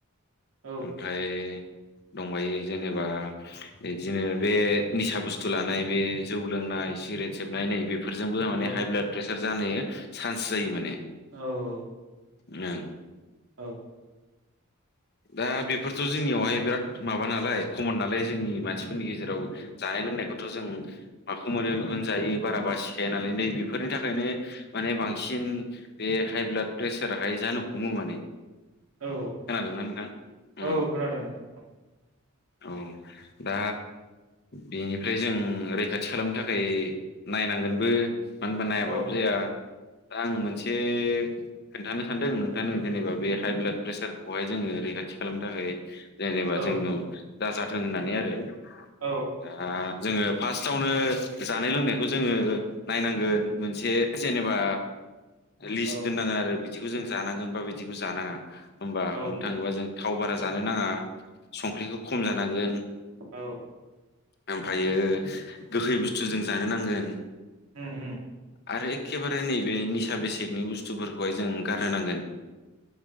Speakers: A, on the right; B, on the left.
A: औ
B: ओमफ्राय दंबायो जेनेबा बिदिनो बे निसा बुस्थु लानाय बे जौ लोंनाय नाय सिग्रेट सोबनाय नै बेफोरजोंबो
A: औ
B: माने हाइ ब्लाद प्रेसार जानो चान्स जायो माने
A: औ-औ
B: <unintelligible>
A: औ
B: दा बेफोरथ' जोंनियावहाय बिराद माबा नालाय कमन नालाय जोंनि मानसिफोरनि गेजेराव जानाय लोंनायखौथ' जों माखौ मोनो बेखौनो जायो बारा बासिखाया नालाय नै बेफोरनि थाखायनो माने बांसिन बे हाइ ब्लाड प्रेसाराहाय जानो हमो माने
A: औ
B: खोनादोंना नोंथां?
A: औ
B: उम
A: खोनादों नोंथां
B: औ दा बेनिफ्राय जों रैखाथि खालामनो थाखाय नायनांगोनबो मानो होनबा नायाबाबो
A: औ
B: जाया दा आं मोनसे खोन्थानो सानदों नों थानो जेनेबा हाइ ब्लाड प्रेसारखौहाय जोङो रैखा थि खालामनो थाखाय जे-जेनेबा
A: औ
B: जोंनाव दाजाथों होननानै आरो
A: औ
B: दा जोङो फार्स्टआवनो जानाय लोंनायखौ जोङो नायनांगोन मोनसे जेनेबा लिस्ट
A: औ
B: दोननांगोन आरो बिदिखौ जों जानांगोन होनबा बिदिखौ जानाङा होमबा
A: औ
B: हमनो थाङोबा जों थाव बारा जानो नाङा संख्रिखौ खम जानांगोन
A: औ
B: ओमफायो गोखै बुस्थु जों जानो नांगोन
A: उम उम
B: आरो एखेबारे नैबे निसा बेसेकनि बुस्थुफोरखौहाय जों गार गोन